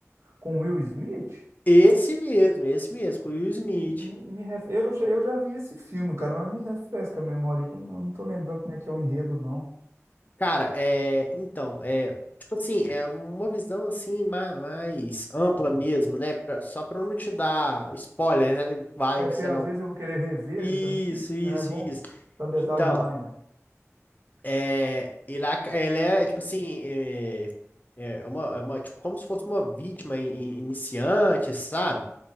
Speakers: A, on the right; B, on the left.
A: com Will Smith?
B: esse mesmo, esse mesmo, com o Will Smith.
A: Me, me ref- eu, já- eu já vi esse filme, cara, mas me refresca a memória, que eu não eu não tô lembrando como é que é o enredo, não.
B: Cara, é, então, é, tipo assim, é uma visão assim ma- mais, ampla mesmo, né? Pra- só pra eu não te dar spoiler, né? Vai
A: É
B: que
A: porque
B: você
A: às
B: não.
A: vezes eu vou querer rever,
B: Isso,
A: né, também. <laughs>
B: isso,
A: Não é bom
B: isso.
A: dar detalhe
B: Então,
A: demais, não.
B: é, ele, ac- ele é tipo assim, é, é uma, é uma- tipo, como se fosse uma vítima in- in- iniciante, sabe?